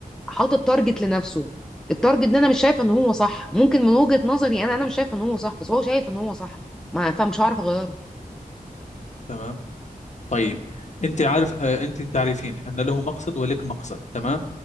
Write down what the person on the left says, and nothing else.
تمام طيب أنت عارف آه، أنت تعرفين أن له مقصد ولك مقصد تمام